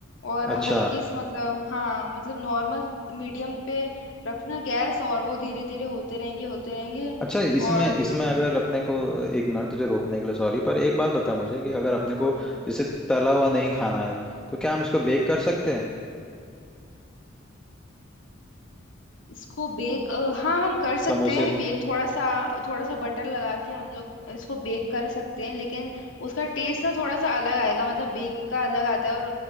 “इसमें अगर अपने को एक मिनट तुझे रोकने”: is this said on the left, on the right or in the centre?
Centre